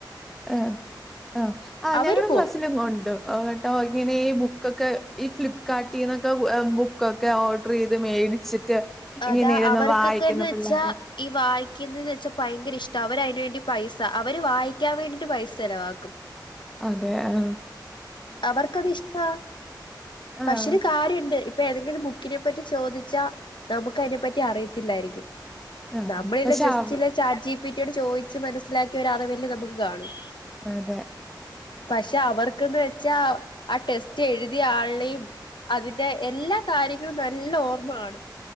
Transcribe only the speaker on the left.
അവര്
പോവും
അതാ
അവർക്കൊക്കെ
എന്ന് വെച്ചാ
ഈ വായിക്കുന്നന്ന് വെച്ചാൽ ഭയങ്കര ഇഷ്ടം അവര് അതിന് വേണ്ടി പൈസ അവര് വായിക്കാൻ വേണ്ടിയിട്ട് പൈസ ചെലവാക്കും
അവർക്കത് ഇഷ്ടാ
പക്ഷരു കാര്യണ്ട് ഇപ്പൊ ഏതെങ്കിലും ബു ക്കിനെ പറ്റി ചോദിച്ചാ നമുക്ക് അതിനെപ്പറ്റി അറിയത്തില്ലായിരിക്കും
നമ്മളല്ല
ജസ്റ്റ്
ഇല്ല ചാജി പിറ്റിയോട് ചോദിച്ചു മനസ്സിലാക്കി ഒരാറ വല്ലേ നമുക്ക് കാണും
പക്ഷെ അവർക്കന്ന് വെച്ചാ ആഹ് ടെസ്റ്റ് എഴുതിയ ആളിനെയും അതിന്റെ എല്ലാ കാര്യങ്ങളും നല്ല ഓർമ്മകാണും